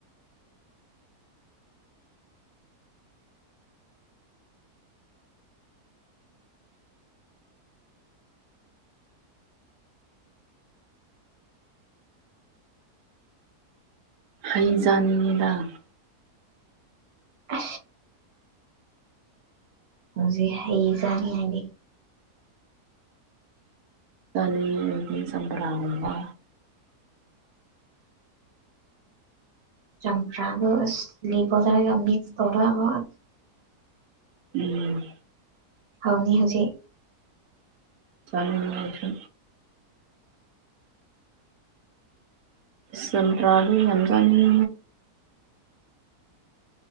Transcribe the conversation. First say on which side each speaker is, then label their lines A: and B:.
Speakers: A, on the right (about 70°); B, on the right (about 45°).
A: ꯑꯩꯩꯖꯅꯤꯡꯉꯗ
B: ꯑ ꯍꯧꯖꯤ ꯑꯩ ꯆꯥꯅꯤꯡꯉꯗꯤ
A: ꯇꯅꯤ ꯆꯄ꯭ꯔꯥꯕ
B: ꯆꯝꯄ꯭ꯔꯥꯗ ꯂꯤꯕꯗꯔꯒ ꯃꯁ ꯇꯔꯕꯣ
A: ꯎꯝ
B: ꯐꯥꯎꯅꯤ ꯍꯧꯖꯤꯛ
A: ꯆꯁ ꯁꯄ꯭ꯔꯥꯗꯒꯤ ꯑꯖꯥꯅꯤ